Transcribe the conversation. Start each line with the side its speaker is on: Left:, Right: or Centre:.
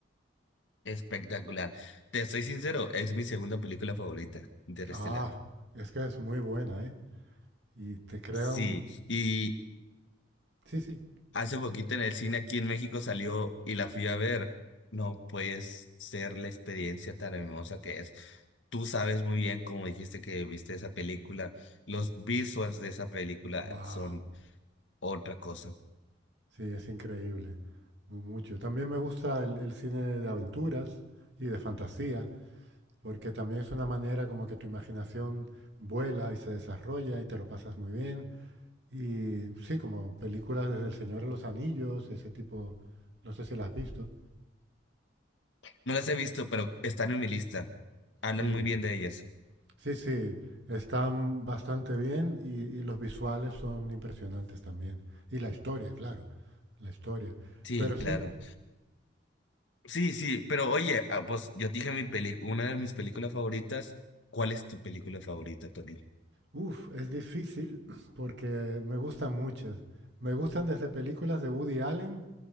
Left: Espectacular. Te soy sincero, es mi segunda película favorita, Interestelar.
Right: Ah, es que es muy buena, ¿eh? Y te crea
Left: Sí,
Right: un...
Left: y
Right: Sí, sí.
Left: hace poquito en el cine aquí en México salió y la fui a ver. No puedes ser la experiencia tan hermosa que es. Tú sabes muy bien, como dijiste que viste esa película, los visuals de esa película
Right: Wow.
Left: son otra cosa.
Right: Sí, es increíble. Mu- Mucho. También me gusta el, el cine de aventuras y de fantasía, porque también es una manera como que tu imaginación vuela y se desarrolla y te lo pasas muy bien. Y sí, como películas desde El Señor de los Anillos, ese tipo, no sé si las has visto.
Left: No las he visto, pero están en mi lista. Hablan
Right: Sí,
Left: muy bien de ellas.
Right: sí, sí, están bastante bien y, y los visuales son impresionantes también. Y la historia, claro, la historia.
Left: Sí,
Right: Pero sí,
Left: claro. Sí, sí, pero oye, ah, pues yo te dije mi peli, una de mis películas favoritas. ¿Cuál es tu película favorita, Tony?
Right: uff, es difícil <clears throat> porque me gustan muchas. Me gustan desde películas de Woody Allen